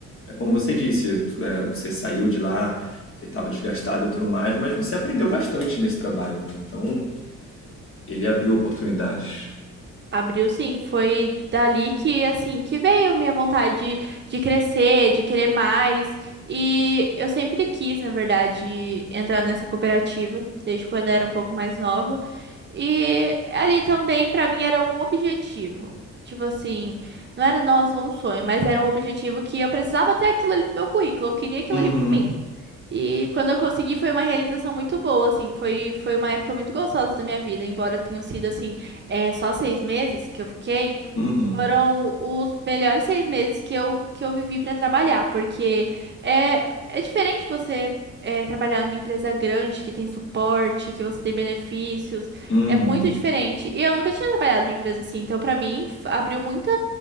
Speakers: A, on the left (about 45°); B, on the right (about 35°).
A: É como você disse, tu- é, você saiu de lá porque estava desgastado e tudo mais, mas você aprendeu bastante nesse trabalho, né? Então, ele abriu oportunidades.
B: Abriu sim, foi dali que assim que veio minha vontade de, crescer, de querer mais. E eu sempre quis, na verdade, entrar nessa cooperativa, desde quando eu era um pouco mais nova. E ali também pra mim era um objetivo. Tipo assim, não era nossa um sonho, mas era um objetivo que eu precisava ter aquilo ali no meu currículo, eu queria aquilo
A: Uhum,
B: ali pra mim. E quando eu consegui foi uma realização muito boa, assim, foi, foi uma época muito gostosa da minha vida, embora tenham sido, assim, é, só seis meses que eu fiquei,
A: uhum,
B: foram os melhores seis meses que eu, que eu vivi para trabalhar, porque é, é diferente você é, trabalhar numa empresa grande, que tem suporte, que você tem benefícios,
A: uhum.
B: é muito diferente. E eu nunca tinha trabalhado numa empresa assim, então para mim f- abriu muita,